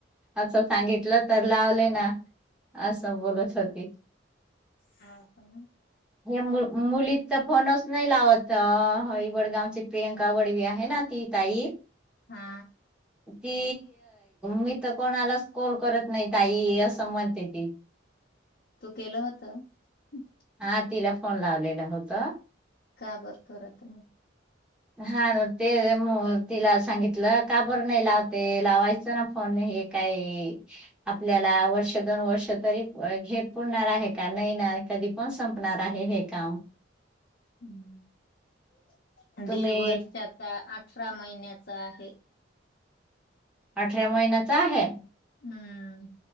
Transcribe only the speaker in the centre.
असं सांगितलं तर लावले ना असं बोलत होती.
हे मु मुली तर फोनच नाही लावत वडगावची प्रियंका वडवी आहे ना ती ताई,
ती मी तर कोणालाच कॉल करत नाही ताई असं म्हणते ती
हा तिला फोन लावलेला होता.
हा ते मी तिला सांगितलं काबर नाही लावते, लावायचं ना फोन हे काही आपल्याला वर्ष दोन वर्ष तरी हे पुरणार आहे का नाही ना कधी पण संपणार आहे हे काम
तुम्ही
अठरा महिन्याचा आहे.